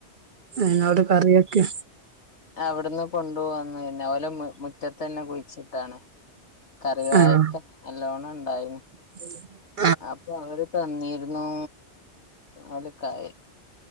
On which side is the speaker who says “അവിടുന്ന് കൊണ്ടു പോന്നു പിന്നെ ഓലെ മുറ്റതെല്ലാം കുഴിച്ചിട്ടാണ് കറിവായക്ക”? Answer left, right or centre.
Left